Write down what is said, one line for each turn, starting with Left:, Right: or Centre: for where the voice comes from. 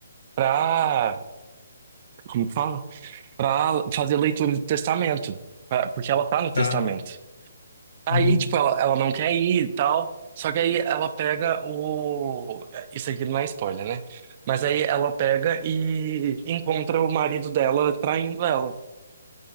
Right: pra, como que fala? Pra fazer a leitura do testamento, pra- porque ela tá no testamento.
Left: Tá.
Right: Aí,
Left: Uhum.
Right: tipo, ela,
Left: <laughs>
Right: ela não quer ir e tal, só que aí ela pega o... Isso aqui não é spoiler, né? Mas aí ela pega e encontra o marido dela traindo ela.